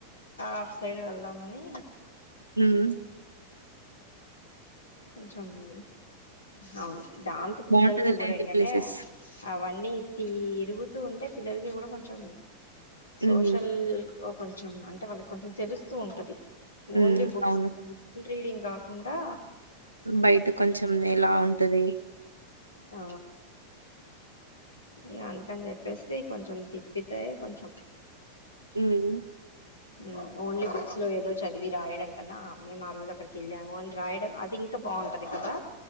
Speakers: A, on the left; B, on the right.
A: అప్ సైడ్ వెళ్దామని
B: ఉహ్
A: కొంచెం ఉ అవును దాంతో పిల్లలకి
B: బాగుంటది లేండి
A: కూడా ఏంటంటే
B: ప్లేసెస్
A: అవన్నీ తీ రుగుతూ ఉంటే పిల్లలకి కూడా కొంచెం సోషల్
B: మ్మ్.
A: కొంచెం అంటే వాళ్ళకి కొంచెం తెలుస్తూ ఉంటది ఓన్లీ
B: మ్మ్.
A: బుక్స్
B: అవును
A: బుక్ రీడింగ్ కాకుండా
B: బయట కొంచెం ఎలా ఉంటది
A: ఆ ఇగ అందుకని చెప్పేసీ కొంచెం తిప్పితే కొంచెం
B: ఉమ్
A: ఊ ఓన్లీ బుక్స్ లో ఏదో చదివి రాయడం కన్నా మేము ఆ రోజు అక్కడికి వెళ్ళాము అని రాయడం అది ఇంకా బాగుంటది కదా